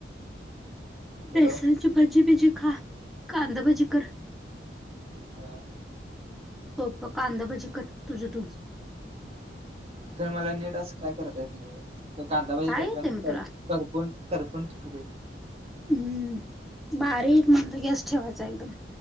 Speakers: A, on the right; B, in the centre.
A: हॅलो
B: बेसनची भज्जी बिज्जी खा, कांद भज्जी करं
A: हो
B: सोपं कांदभज्जी कर तुझं तु
A: पण मला निट असं काय करता येतं नाही गं कांदाभज्जी
B: काय
A: करताना
B: येते मग
A: तर
B: तुला
A: करपून करपून ठेवलंय.
B: हम्म बारीक मंद गॅस ठेवायचा एकदम